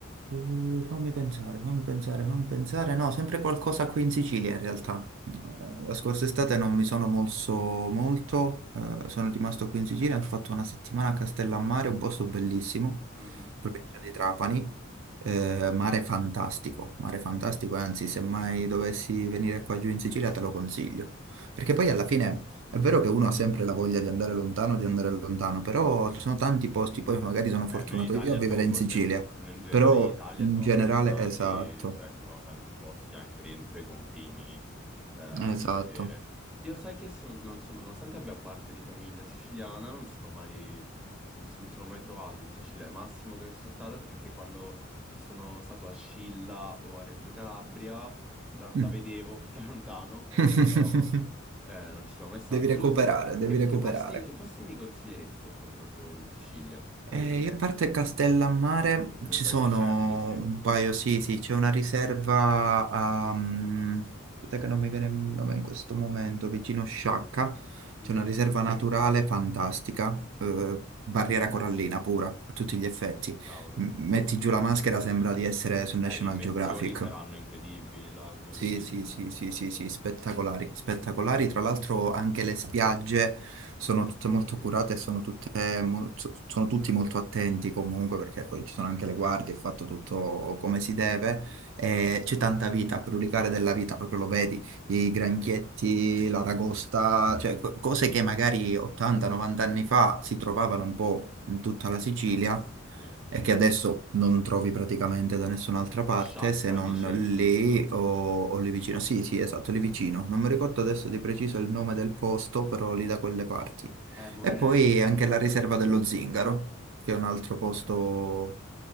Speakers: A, on the right (about 65°); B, in the centre.
A: Eh, fammi pensare, fammi pensare, fammi pensare. No, sempre qualcosa qui in Sicilia in realtà. Eh,
B: Mm, mm, mm,
A: la
B: mm.
A: scorsa estate non mi sono mosso molto, eh, sono rimasto qui in Sicilia, ho fatto una settimana a Castellammare, un posto bellissimo,
B: Mhm,
A: provincia di Trapani. Eh, mare fantastico, mare fantastico, anzi, se mai dovessi venire qua giù in Sicilia te lo consiglio. Perché
B: Ok.
A: poi alla fine è vero che uno ha sempre la voglia di andare lontano, di andare lontano, però ci sono tanti posti, poi magari sono
B: Beh,
A: fortunato
B: noi in Italia
A: io a vivere
B: siamo
A: in
B: fortunati,
A: Sicilia
B: in generale
A: però
B: in Italia
A: in
B: siamo
A: generale,
B: fortunati,
A: esatto,
B: cioè che abbiamo tanti posti anche dentro i confini eh, da
A: esatto.
B: vedere. Io sai che son- non sono, nonostante abbia parte di famiglia siciliana, non sono mai, non so- mi sono mai trovato in Sicilia. Il massimo che sono stato è che quando sono stato a Scilla o a Reggio Calabria, la,
A: Mm.
B: la vedevo <laughs> da lontano, eh,
A: <laughs>
B: però eh, non ci sono mai stato.
A: Devi recuperare,
B: Tu,
A: devi
B: che,
A: recuperare.
B: che posti, che posti mi consiglieresti appunto proprio in Sicilia da
A: Eh,
B: vedere?
A: io a parte Castellammare
B: Che mi
A: ci
B: stavi
A: sono
B: dicendo, sì.
A: un paio, sì, sì, c'è una riserva a... mm, aspetta che non mi viene il nome in questo momento, vicino Sciacca,
B: Mhm,
A: c'è una riserva naturale fantastica, eh, barriera
B: mhm,
A: corallina pura, a tutti gli effetti.
B: Cavolo.
A: M- metti giù la maschera, sembra di essere su National
B: Eh, le immersioni
A: Geographic.
B: saranno incredibili là, quindi.
A: Sì, sì, sì, sì, sì, sì, spettacolari, spettacolari. Tra l'altro anche le spiagge sono tutte molto curate e sono tutte, mo- so- sono tutti molto attenti comunque perché poi ci sono anche le guardie, è fatto tutto
B: Sì,
A: come si deve e c'è tanta vita, a brulicare della vita, proprio lo vedi, i
B: cavolo.
A: granchietti, l'aragosta, cioè co- cose che magari 80-90 anni fa si trovavano un po' in tutta la Sicilia
B: Sì, sì,
A: e che
B: sì.
A: adesso non trovi praticamente da nessun'altra parte
B: A sciacca,
A: se non
B: dicevi,
A: lì
B: giusto?
A: o, o lì vicino. Sì, sì, esatto,
B: Ok.
A: lì vicino. Non mi ricordo adesso di preciso il nome del posto, però lì da quelle parti.
B: Eh, morirei
A: E poi
B: per fare
A: anche
B: una roba
A: la riserva
B: del genere.
A: dello Zingaro, che è un altro posto
B: Ok. Che